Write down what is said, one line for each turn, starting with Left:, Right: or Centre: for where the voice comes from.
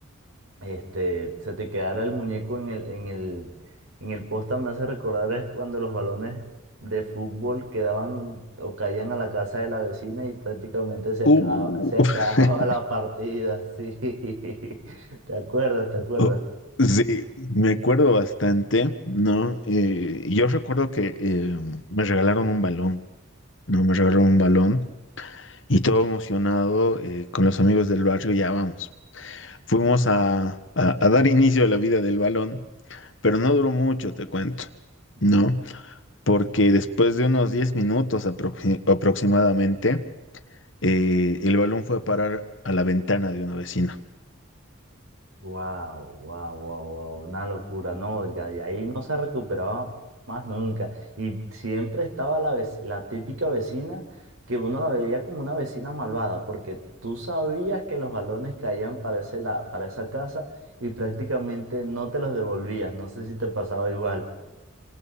Right: este, se te quedara el muñeco en el, en el, en el poste me hace recordar es cuando los balones de fútbol quedaban o caían a la casa de la vecina y prácticamente se acaba,
Left: Uh.
Right: se acababa
Left: <laughs>
Right: la partida, <laughs> sí. ¿Te acuerdas? ¿Te acuerdas?
Left: Oh, sí, me acuerdo bastante, ¿no? Eh, yo recuerdo que eh, me regalaron un balón, ¿no? Me regalaron un balón y todo emocionado eh, con los amigos del barrio, ya vamos. Fuimos a, a, a dar inicio a la vida del balón, pero no duró mucho, te cuento,
Right: No.
Left: ¿no? Porque después de unos 10 minutos aproxi- aproximadamente, eh, el balón fue a parar a la ventana de una vecina.
Right: Wow, wow, wow, wow, una locura, no, ya de ahí no se recuperaba más nunca. Y siempre estaba la, vec- la típica vecina que uno la veía como una vecina malvada, porque tú sabías que los balones caían para ese la- para esa casa y prácticamente no te los devolvías. No sé si te pasaba igual.